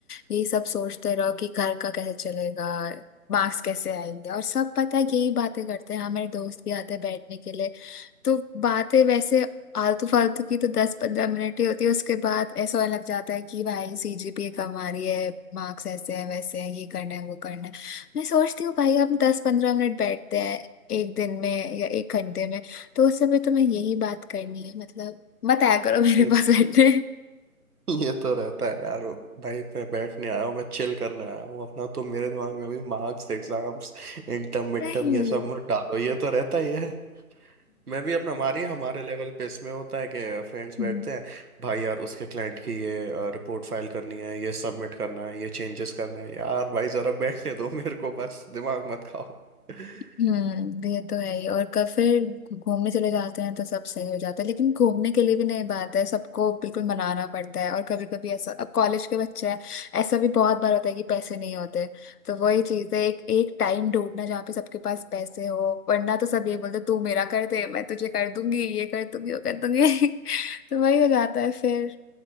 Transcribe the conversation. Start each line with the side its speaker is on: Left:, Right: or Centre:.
Left: ये सब सोचते रहो कि घर का कैसे चलेगा मार्क्स कैसे आएंगे और सब पता है यही बातें करते हैं हाँ मेरे दोस्त भी आते हैं बैठने के लिए तो बातें वैसे आलतू फालतू की तो दस पंद्रह मिनट ही होती है उसके बाद ऐसा होने लग जाता है कि भाई सीजीपीए कम आ रही है मार्क्स ऐसे हैं वैसे हैं ये करना है वो करना है मैं सोचती हूँ भाई हम दस पंद्रह मिनट बैठते हैं एक दिन में या एक घंटे में तो उस समय तुम्हें यही बात करनी है मतलब मत आया करो मेरे
Right: ये
Left: पास बैठने
Right: ये तो रहता है यार भाई मैं बैठने आया हूँ मैं चिल करने आया हूँ अपना तो मेरे दिमाग में अभी marks exams interim mid
Left: नहीं
Right: term ये सब मत डालो ये तो रहता ही है मैं भी अपना हमारे हमारे लेवल पे इसमें होता है कि फ्रेंड्स
Left: और
Right: बैठते हैं भाई यार उसके क्लाइंट की ये रिपोर्ट फाइल करनी है ये सबमिट करना है ये चेंजेस करने हैं यार भाई जरा बैठने दो मेरे को बस दिमाग मत खाओ <laughs>
Left: हम्म ये तो है ही और कब फिर घूमने चले जाते हैं तो सब सही हो जाता है लेकिन घूमने के लिए भी नहीं बात है सबको बिल्कुल मनाना पड़ता है और कभी कभी ऐसा अब कॉलेज के बच्चे हैं ऐसा भी बहुत बार होता है कि पैसे नहीं होते तो वही चीज है एक एक टाइम ढूंढना जहाँ पे सबके पास पैसे हो वरना तो सब ये बोलते तू मेरा कर दे मैं तुझे कर दूंगी ये कर दूंगी वो कर दूंगी <laughs> तो वही हो जाता है फिर